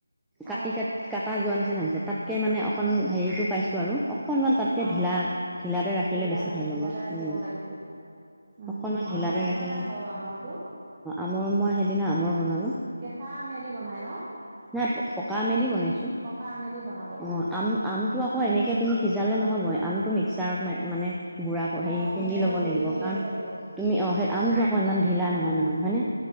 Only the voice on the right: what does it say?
অ
অ
ঢিলা
ঢিলাতে
ৰাখিব
লাগিছিল উম
মই
বনাই
পোৱা নাই
বাৰু আমৰটো
কেঁচা আমে দি বনাই ন?
পকা আমেদি বনাব
পাৰে
অ
মিক্সাৰ
গুৰি
কৰি
ল'ব লাগিব